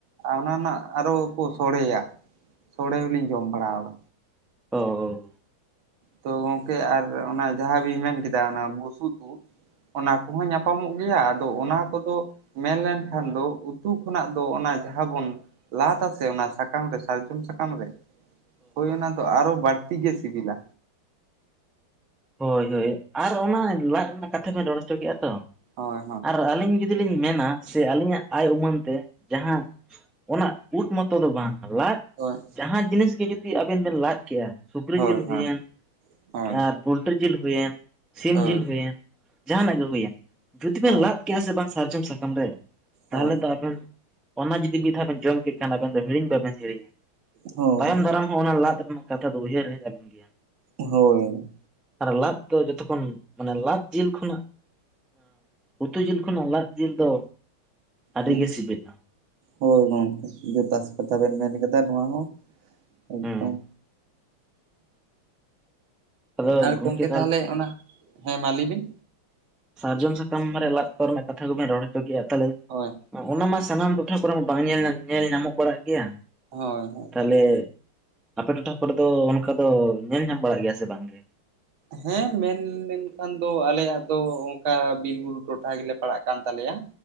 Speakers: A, on the right (about 70°); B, in the centre.
A: ᱚᱱᱟ ᱨᱮᱱᱟᱜ ᱟᱨᱚ ᱠᱚ ᱥᱚᱲᱮᱭᱟ᱾ ᱥᱳᱲᱮ ᱦᱚᱸ ᱞᱤᱧ ᱡᱚᱢ ᱵᱟᱲᱟᱫᱟ᱾
B: ᱚ
A: ᱛᱚ ᱜᱚᱝᱠᱮ ᱟᱨ ᱚᱱᱟ ᱡᱟᱦᱟᱸᱵᱤ ᱢᱮᱱᱠᱟ ᱚᱱᱟ ᱵᱩᱥᱩ ᱩᱫ ᱚᱱᱟ ᱠᱚᱦᱚᱸ ᱧᱟᱯᱟᱢᱚᱜ ᱜᱮᱭᱟ ᱟᱫᱚ ᱚᱱᱟ ᱠᱚᱫᱚ ᱢᱮᱱ ᱞᱮᱱ ᱠᱷᱟᱱ ᱫᱚ ᱩᱛᱩ ᱠᱷᱚᱱᱟᱜ ᱫᱚ ᱚᱱᱟ ᱡᱟᱦᱟᱸ ᱵᱚᱱ ᱞᱟᱛᱟ ᱥᱮ ᱚᱱᱟ ᱥᱟᱠᱟᱢ ᱨᱮ ᱥᱟᱨᱡᱚᱢ ᱥᱟᱠᱟᱢ ᱨᱮ᱾ ᱦᱳᱭ ᱚᱱᱟ ᱫᱚ ᱟᱨᱚ ᱵᱟᱹᱲᱛᱤ ᱜᱮ ᱥᱤᱵᱤᱞᱟ᱾
B: ᱦᱳᱭ ᱦᱳᱭ ᱟᱨ ᱚᱱᱟ ᱞᱟᱫ ᱨᱮᱱᱟᱜ ᱠᱟᱛᱷᱟ ᱵᱮᱱ ᱨᱚᱲ ᱦᱚᱪᱚ ᱠᱮᱫ-ᱟ ᱛᱚ
A: ᱦᱳᱭ
B: ᱟᱨ ᱟᱹᱞᱤᱧ ᱡᱩᱫᱤ ᱡᱩᱫᱤ ᱞᱤᱧ ᱢᱮᱱᱟ ᱥᱮ ᱟᱹᱞᱤᱧᱟᱜ ᱟᱭ ᱩᱢᱟᱹᱱ ᱛᱮ ᱡᱟᱦᱟᱸ ᱚᱱᱟ ᱩᱫ ᱢᱚᱛᱚ ᱫᱚ ᱵᱟᱝ ᱞᱟᱫᱽ
A: ᱦᱳᱭ
B: ᱡᱟᱦᱟᱸ ᱡᱤᱱᱤᱥ ᱜᱮ ᱡᱩᱫᱤ ᱟᱵᱮᱱ ᱵᱮᱱ ᱞᱟᱫ ᱠᱮᱜᱼᱟ, ᱥᱩᱠᱨᱤ
A: ᱦᱳᱭ
B: ᱡᱤᱞ
A: ᱦᱮᱸ
B: ᱦᱩᱭᱮᱱ
A: ᱦᱳᱭ ᱦᱳᱭ
B: ᱟᱨ ᱯᱳᱞᱴᱨᱤ ᱡᱤᱞ ᱦᱩᱭᱮᱱ, ᱥᱤᱢ
A: ᱦᱳᱭ ᱦᱳᱭ
B: ᱡᱤᱞ
A: ᱦᱳᱭ
B: ᱦᱩᱭᱮᱱ, ᱡᱟᱦᱟᱱᱟᱜ ᱜᱮ ᱦᱩᱭᱮᱱ, ᱡᱩᱫᱤ
A: ᱦᱳᱭ
B: ᱵᱮᱱ ᱞᱟᱫ ᱠᱮᱭᱟ ᱥᱮ ᱵᱟᱝ ᱥᱟᱨᱡᱚᱢ ᱥᱟᱠᱟᱢ ᱨᱮ, ᱛᱟᱦᱚᱞᱮ
A: ᱦᱳᱭ
B: ᱫᱚ ᱟᱵᱮᱱ ᱚᱱᱟ ᱡᱩᱫᱤ ᱢᱤᱫ ᱫᱷᱟᱣ ᱵᱮᱱ ᱡᱚᱢ ᱠᱮᱫ ᱠᱷᱟᱱ ᱟᱵᱮᱱ ᱫᱚ ᱦᱤᱲᱤᱧ ᱵᱟᱵᱮᱱ ᱦᱤᱲᱤᱧᱟ᱾
A: ᱦᱳᱭ
B: ᱛᱟᱭᱚᱢ ᱫᱟᱨᱟᱢ ᱚᱱᱟ ᱞᱟᱫ ᱨᱮᱱᱟᱜ ᱠᱟᱛᱷᱟ ᱫᱚ ᱩᱭᱦᱟᱹᱨ ᱦᱮᱡ ᱟᱵᱮᱱ ᱜᱮᱭᱟ᱾
A: ᱦᱳᱭ
B: ᱟᱨ ᱞᱟᱫ ᱫᱚ ᱡᱚᱛᱚᱠᱷᱚᱱ ᱢᱟᱱᱮ ᱞᱟᱫ ᱡᱤᱞ ᱠᱷᱚᱱᱟᱜ ᱩᱛᱩ ᱡᱤᱞ ᱠᱷᱚᱱᱟᱜ ᱞᱟᱫ ᱡᱤᱞ ᱫᱚ ᱟᱹᱰᱤ
A: ᱦᱩᱸ
B: ᱜᱮ ᱥᱤᱵᱤᱞᱟ᱾
A: ᱦᱳᱭ ᱜᱚᱢᱠᱮ ᱡᱚᱛᱟᱥ ᱠᱟᱛᱷᱟ ᱵᱮᱱ ᱢᱮᱱ ᱠᱟᱫᱟ ᱱᱚᱣᱟ ᱦᱚᱸ, ᱮᱠᱫᱚᱢ
B: ᱦᱮᱸ ᱟᱫᱚ
A: ᱟᱨ
B: ᱜᱚᱝᱠᱮ
A: ᱜᱚᱢᱠᱮ ᱛᱟᱦᱚᱞᱮ ᱚᱱᱟ, ᱦᱮᱸ ᱢᱟ ᱞᱟᱹᱭ ᱵᱤᱱ
B: ᱥᱟᱨᱡᱚᱢ ᱥᱟᱠᱟᱢ ᱨᱮ ᱞᱟ ᱠᱚ ᱢᱮ ᱠᱟᱛ ᱠᱚ ᱨᱚᱲ ᱦᱚᱪᱚ ᱠᱤᱭᱟᱭᱟ ᱛᱟᱦᱚᱞᱮ
A: ᱦᱳᱭ
B: ᱚᱱᱟ ᱢᱟ ᱥᱟᱱᱟᱢ ᱴᱚᱴᱷᱟ ᱠᱚᱨᱮ ᱢᱟ ᱵᱟᱝ ᱧᱮᱞ ᱧᱮᱞ ᱧᱟᱢᱚᱜ ᱵᱟᱲᱟᱜ ᱜᱮᱭᱟ
A: ᱦᱳᱭ ᱦᱳᱭ
B: ᱛᱟᱦᱞᱮ ᱟᱯᱮ ᱴᱚᱴᱷᱟ ᱠᱚᱨᱮ ᱫᱚ ᱚᱱᱠᱟ ᱫᱚ ᱧᱮᱞ ᱧᱟᱢ ᱵᱟᱲᱟᱜ ᱜᱮᱭᱟ ᱥᱮ ᱵᱟᱝ ᱜᱮ᱾
A: ᱦᱮᱸ ᱢᱮᱱ ᱞᱮᱠᱷᱟᱱ ᱫᱚ ᱟᱞᱮᱭᱟᱜ ᱫᱚ ᱚᱱᱠᱟ ᱵᱤᱨ ᱵᱩᱨᱩ ᱴᱚᱴᱷᱟ ᱜᱮᱞᱮ ᱯᱟᱲᱟᱜ ᱠᱟᱱ ᱛᱟᱞᱮᱭᱟ